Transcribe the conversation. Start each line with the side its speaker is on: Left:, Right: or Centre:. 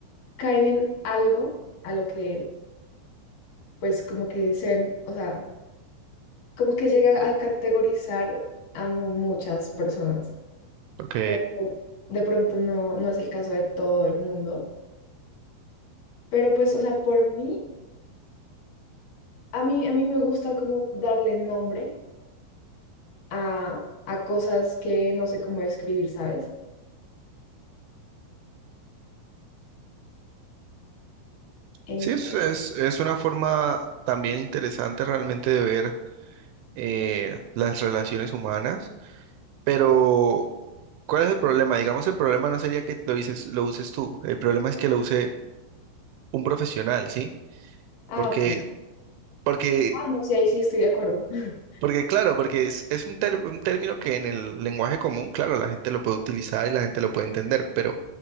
Left: caen en algo a lo que pues como que se ven, o sea, como que llega a categorizar a mu- muchas personas.
Right: ok.
Left: Ojo, De pronto no, no es el caso de todo el mundo, pero pues, o sea, por mí, a mí, a mí me gusta como darle nombre a, a cosas que no sé cómo describir, ¿sabes? Entonces,
Right: Sí, es, es, es una forma también interesante realmente de ver eh, las relaciones humanas, pero ¿cuál es el problema? Digamos, el problema no sería que lo dices, lo uses tú, el problema es que lo use un profesional, ¿sí?
Left: ah,
Right: Porque,
Left: ok.
Right: porque
Left: Ah, no, sí, ahí sí estoy de acuerdo. <laughs>
Right: Porque claro, porque es, es un, ter- un término que en el lenguaje común, claro, la gente lo puede utilizar y la gente lo puede entender, pero